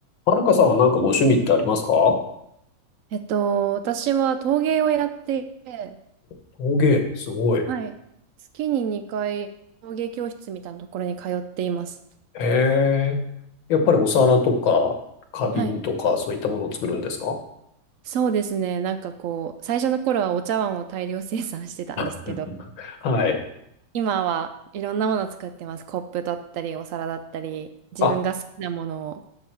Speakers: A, on the left; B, on the right.
A: はるかさんはなんかご趣味ってありますかお、
B: えっと、私は陶芸をやっていて、
A: 陶芸、すごい。へ
B: はい。月に2回陶芸教室みたいなところに通っています。
A: え。やっぱりお皿とか、花瓶とか、
B: はい。
A: そういったものを作るんですか
B: そうですね。なんかこう、最初の頃はお茶碗を大量生産してたんですけど、
A: <laughs> はい。
B: 今はいろんなものを作ってます。コップだったり、お皿だったり、自分が好きなものを。
A: あ、